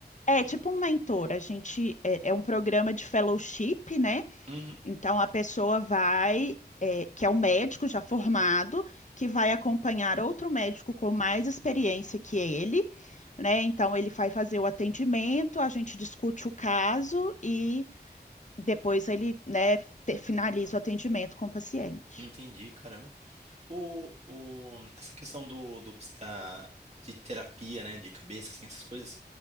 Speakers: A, on the left; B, on the right.
A: É tipo um mentor. A gente. É, é um programa de fellowship, né?
B: Uhum,
A: Então, a pessoa vai, é, que é um médico já formado, que vai acompanhar outro médico com mais experiência que ele, né? Então, ele vai fazer o atendimento, a gente discute o caso e depois ele, né, te- finaliza o atendimento com o paciente.
B: entendi, caramba. O, o, essa questão do, do da, de terapia, né, de cabeça, assim, essas coisas,